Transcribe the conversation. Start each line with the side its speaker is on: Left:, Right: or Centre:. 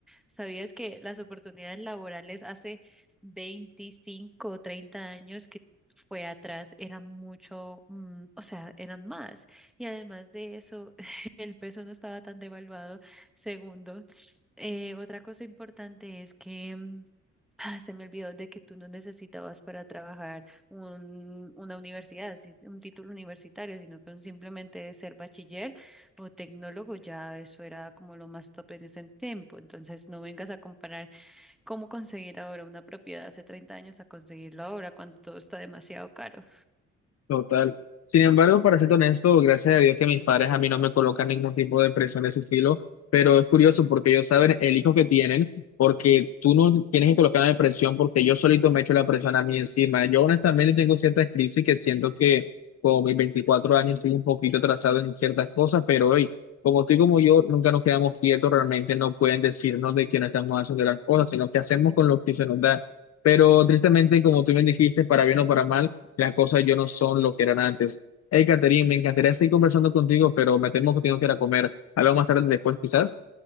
Centre: ¿Sabías que las oportunidades laborales hace 25 o 30 años que fue atrás eran mucho, mm, o sea, eran más? Y además de eso, <laughs> el peso no estaba tan devaluado. Segundo, eh, otra cosa importante es que mm, ah, se me olvidó de que tú no necesitabas para trabajar un, una universidad, si- un título universitario, sino que un simplemente ser bachiller o tecnólogo, ya eso era como lo más top en ese tiempo. Entonces, no vengas a comparar cómo conseguir ahora una propiedad hace 30 años a conseguirlo ahora cuando todo está demasiado caro.
Left: Total. Sin embargo, para ser honesto, gracias a Dios que mis padres a mí no me colocan ningún tipo de presión de ese estilo, pero es curioso porque ellos saben el hijo que tienen, porque tú no tienes que colocarme presión porque yo solito me echo la presión a mí encima. Yo honestamente tengo ciertas crisis que siento que con mis 24 años estoy un poquito atrasado en ciertas cosas, pero hoy, como tú y como yo, nunca nos quedamos quietos, realmente no pueden decirnos de que no estamos haciendo las cosas, sino que hacemos con lo que se nos da. Pero tristemente, como tú bien dijiste, para bien o para mal, las cosas yo no son lo que eran antes. Hey, Catherine, me encantaría seguir conversando contigo, pero me temo que tengo que ir a comer. Hablamos más tarde después, quizás.